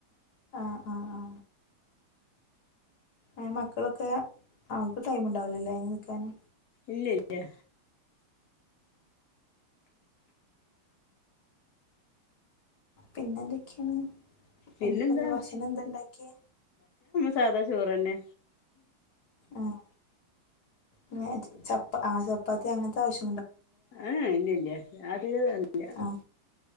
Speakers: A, on the left; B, on the left.
A: ആഹ് ആഹ് ആ ഏ മക്കളൊക്കെ അവക്ക് ടൈം ഇണ്ടാവു ല്ലെ അയ്നിക്കാന്
B: ഇല്ല്യ ഇല്ല്യാ
A: പിന്നെന്തൊക്ക്യേണ്
B: പിന്നെന്താ
A: എനിപ്പന്ന് ഭക്ഷണം എന്താ ഇണ്ടാക്ക്യേ
B: സാതാചോറന്നെ
A: ആഹ്‌ നിങ്ങളെത ചപ്പാ ആ ചപ്പാത്തി അങ്ങൻത്തെ ആവശ്
B: ഏഹ് ഇല്ല ഇല്ല്യ അത് <unintelligible>
A: ആ